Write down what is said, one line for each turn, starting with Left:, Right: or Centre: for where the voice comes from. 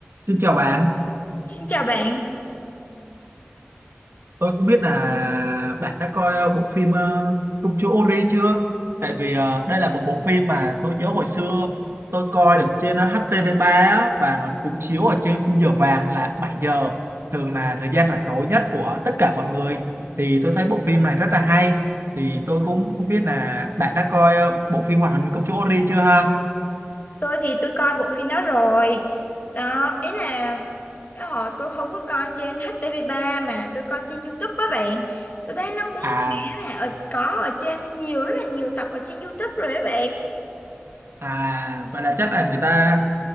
Right: Xin chào bạn,
Left: Xin chào bạn,
Right: tôi không biết là bạn đã coi ờ, bộ phim ờ, Công chúa Ori chưa? Tại vì ờ, đây là một bộ phim mà tôi nhớ hồi xưa tôi coi được trên ờ, htv ba á, và nó cũng chiếu ở trên khung giờ vàng là 7 giờ, thường là thời gian rảnh rỗi nhất của tất cả mọi người. Thì tôi thấy bộ phim này rất là hay, thì tôi cũng không biết là bạn đã coi ờ, bộ phim hoạt hình Công chúa Ori chưa ha?
Left: tôi thì tôi coi bộ phim đó rồi. Đó, ý là cái họ tôi không có coi trên htv ba mà tôi coi trên YouTube á bạn. Tôi thấy nó cũng
Right: À,
Left: khá là ở, có ở trên nhiều rất là nhiều tập ở trên YouTube rồi á bạn.
Right: à, vậy là chắc là người ta